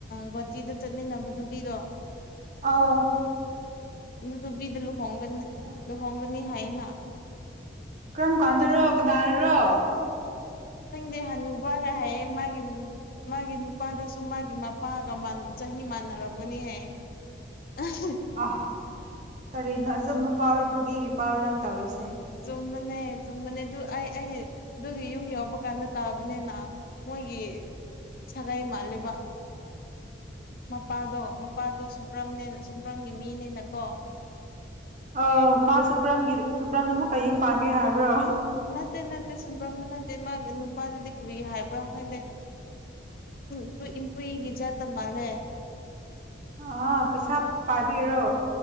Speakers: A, on the left (about 50°); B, on the right (about 40°).
A: ꯒꯨꯍꯥꯇꯤꯗ ꯆꯠꯃꯤꯟꯅꯕ ꯅꯨꯄꯤꯗꯣ
B: ꯑꯥꯎ
A: ꯑꯗꯨ ꯅꯨꯄꯤꯗꯣ ꯂꯨꯍꯣꯡꯒꯅꯤ
B: ꯑ
A: ꯂꯨꯍꯣꯡꯒꯅꯤ ꯍꯥꯏꯅ
B: ꯀꯔꯝ ꯀꯥꯟꯗꯔꯣ ꯀꯅꯥꯔꯔꯣ
A: ꯈꯪꯗꯦ ꯍꯅꯨꯕ ꯀꯩ ꯍꯥꯏꯌꯦ ꯃꯥꯒꯤ ꯃꯥꯒꯤ ꯅꯨꯄꯥꯗꯨꯁꯨ ꯃꯥꯒꯤ ꯃꯄꯥꯒ ꯆꯍꯤ ꯃꯥꯟꯅꯔꯝꯒꯅꯦ ꯍꯥꯏꯌꯦ <unintelligible>
B: ꯑꯥ ꯀꯔꯤꯅꯣ ꯑꯆꯨꯝꯕ ꯄꯥꯎꯔꯣ ꯐꯥꯒꯤꯒꯤ ꯄꯥꯎꯔꯣ ꯅꯪ ꯇꯧꯔꯤꯁꯦ
A: ꯆꯨꯝꯕꯅꯦ ꯆꯨꯝꯕꯅꯦ ꯑꯗꯨ ꯑꯩ ꯑꯩ ꯑꯗꯨꯒꯤ ꯌꯨꯝ ꯌꯥꯎꯕ ꯀꯥꯟꯗ ꯇꯥꯕꯅꯤꯅ ꯃꯣꯏꯒꯤ ꯁꯒꯩ ꯃꯥꯜꯂꯦꯕ ꯃꯄꯥꯗꯣ ꯃꯄꯥꯗꯣ ꯁꯨꯕ꯭ꯔꯝꯅꯦꯅ ꯁꯨꯕ꯭ꯔꯝꯒꯤ ꯃꯤꯅꯦꯅꯀꯣ <inaudible>
B: ꯑꯣ ꯃꯥ ꯁꯨꯄ꯭ꯔꯝꯒꯤꯗꯤ ꯁꯨꯄ꯭ꯔꯝꯅ ꯑꯃꯨꯛ ꯌꯨꯝ ꯄꯥꯟꯒꯦ ꯍꯥꯏꯕ꯭ꯔꯣ
A: ꯅꯠꯇꯦ ꯅꯠꯇꯦ ꯁꯨꯝꯐꯝꯗꯨ ꯅꯠꯇꯦ ꯃꯥꯒꯤ ꯅꯨꯄꯥꯗꯨꯗꯤ ꯀ꯭ꯔꯤ ꯍꯥꯏꯕ꯭ꯔꯥ ꯈꯪꯗꯦ <unintelligible> ꯄꯨꯏ ꯖꯥꯠꯇ ꯃꯥꯂꯦ
B: ꯑꯣ ꯄꯩꯁꯥ ꯄꯥꯏꯕꯒꯤꯔꯣ